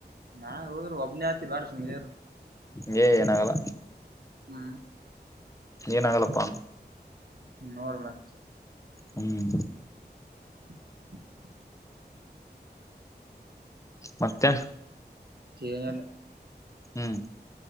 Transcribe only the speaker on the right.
ನಾ ಹೋದ್ರು ಒಬ್ನತಿ ಬಾಡ ಸುಮಿಲರು
ಹ್ಮ
ನೋಡೋಣ ಅಚ್ಚು
<unintelligible>
ಏನಿಲ್ಲ